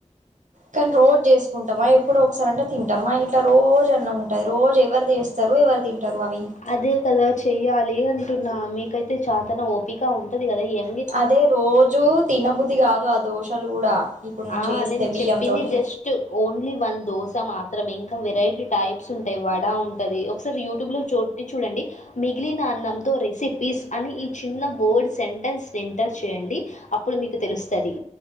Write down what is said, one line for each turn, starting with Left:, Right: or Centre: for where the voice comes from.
Right: కానీ రోజు చేసుకుంటామా ఎప్పుడో ఒకసార అంటే తింటాం మా ఇంట్లా రోజు అన్నం ఉంటది రోజు ఎవరు చేస్తారు ఎవరు తింటారు అవి
Left: అదే కదా చెయ్యాలి అంటున్నా మీకైతే చాతన ఓపిక ఉంటంది కదా ఎ
Right: అదే రోజూ తినబుద్ధి కాదు ఆ దోషలు కూడా ఇప్పుడు నువ్వు
Left: ఆ
Right: చేస్తే
Left: నేను
Right: బియ్యం
Left: చెప్పింది
Right: తోటి
Left: జస్ట్ ఓన్లీ వన్ దోస మాత్రమే ఇంకా వెరైటీ టైప్స్ ఉంటాయి వడా ఉంటుంది ఒకసారి యూట్యూబ్ లో చూ ట్టి చూడండి మిగిలినన్నంతో రెసిపీస్ అని ఈ చిన్న వడ్ స న్స్ని ఎంటర్ చేయండి అప్పుడు మీకు తెలుస్తుంది